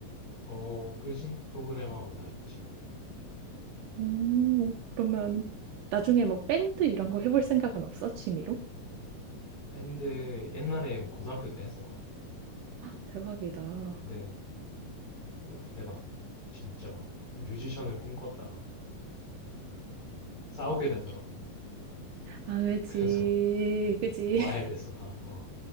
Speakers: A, on the left (about 25°); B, on the right (about 70°).
A: 어, 그지? 프로그램하고 다 있지.
B: 오, 그러면 나중에 뭐 밴드 이런 거 해볼 생각은 없어? 취미로?
A: 밴드 옛날에 고등학교 때 했었거든.
B: 대박이다. 어,
A: 근데 어, 그때 막 진짜 막 뮤지션을 꿈꿨다가 싸우게 되더라고.
B: 아, 그지,
A: <laughs> 그래서
B: 그지.
A: 와야 됐어 다. 어,